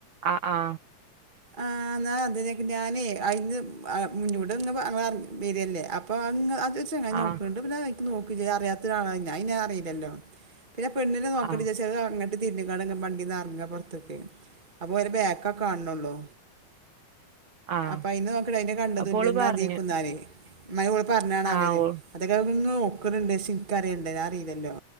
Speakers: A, on the right; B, on the right.
A: ആ ആ
B: ആ എന്നാ അതിനേ ഞാനെ അതിന്ന് മുഞ്ഞ് കൊടു ടെന്ന് പ ങ്ങളറിഞ്ഞ് വര്വല്ലെ അപ്പോ അങ്ങ് അത് ചെങ്ങായി നോക്കണ്ട്
A: ആഹ്
B: പിന്നെ നോക്കി ചെയ്തു അറിയാത്ത ഒരാളായി ഞ്ഞെ ഞാ അറിയില്ലോ പിന്നെ പെണ്ണിനെ നോക്കടി
A: ആഹ്
B: <unintelligible> തിണ്ടിങ്ങാട വണ്ടീന്ന്റങ്ങാ പൊറത്തേക്ക് അപ്പൊ അവരെ ബാക്കെ കാണണുള്ളൂ
A: ആഹ്
B: അപ്പൊ അയിന് നോക്കടി അയിന്റെ കണ്ടതുല്ലന്ന്
A: അപ്പോള് പറഞ്ഞു
B: അതീക്കുന്നാനേ മ്മായി ഓള് പറഞ്ഞതാണ് അവേന്നെ
A: ആഹ് ഓ
B: അതൊക്കെ അവ ഇങ്ങ് നോക്കണ്‌ണ്ടേ ക്ഷെ നിക്ക് അറിയണ്ടേ നിക്ക് അറിയില്ലല്ലോ